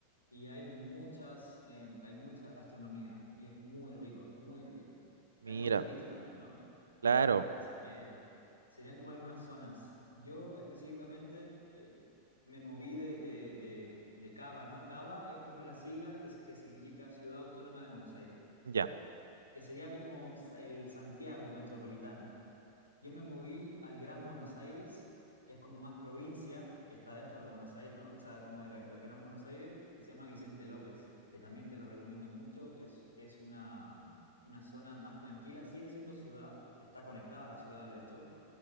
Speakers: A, on the left; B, on the right.
A: Y hay muchas, eh, hay mucha gastronomía y es muy rico, es muy rico.
B: Mira,
A: Hay mucho turista también, ¿no?
B: claro,
A: Así que serían como algunas zonas. Yo específicamente eh, me moví de, de, de- de Cava, ¿no? Cava es como la sigla que, se- que significa Ciudad Autónoma de Buenos Aires,
B: ya.
A: que sería como sa- el Santiago metropolitana. Yo me moví al Gran Buenos Aires, que es como más provincia, que está dentro de Buenos Aires, ¿no? O sea, como de la- del Gran Buenos Aires, que se llama Vicente López, que también te lo recomiendo mucho. Es, es una, una zona más tranquila, sigue siendo ciudad, está conectada a la ciudad, de hecho